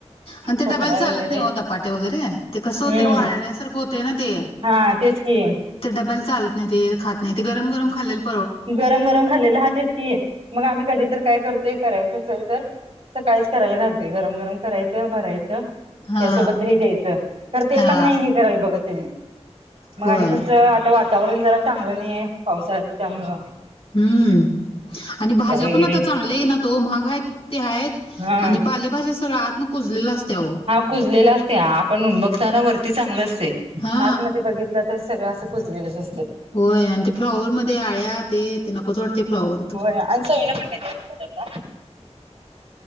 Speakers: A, on the left; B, on the right.
A: आणि ते
B: खोकला
A: डबायला चालत
B: वगैरे
A: नाही धपाटे वगैरे ते कसं होते
B: हम्म
A: <unintelligible> सारखं होते ना ते
B: हा तेच की
A: ते डब्याला चालत नाही ते गरम गरम खाल्ले <unintelligible> <unintelligible> <unintelligible> <unintelligible> <unintelligible> <unintelligible>
B: गरम गरम खाल्लं ह तेच की मग आम्ही कधी तर काय करतो ते करायचं असेल तर सकाळीच करायला घालते गरम गरम करायचं भरायचं
A: हा
B: त्यासोबतह दही द्यायचं खर ते
A: हा
B: पण नाही करायला बघते मग
A: होय
B: आणि कसं आता वातावरण जरा चांगलं नाही पावसाळ्याचं त्यामुळ
A: हम्म आणि भाज्या पण
B: वगैरे
A: आता चांगल्या येई ना तो महाग आहेत ते आहेत
B: हा
A: आणि पालेभज्या सगळं आ तुन कुजलेला असतेव
B: कुजलेला असते आपण बघताना वरती चांगलं असते
A: हा
B: आात मधे बघितलं तर सगळं असं कुजलेेलंच असं
A: होय आणि ते फ्लॉवर मध्ये आळ्या ते ते नकोच वाटते फ्लॉवर तर
B: आणि सन पण नाही होत का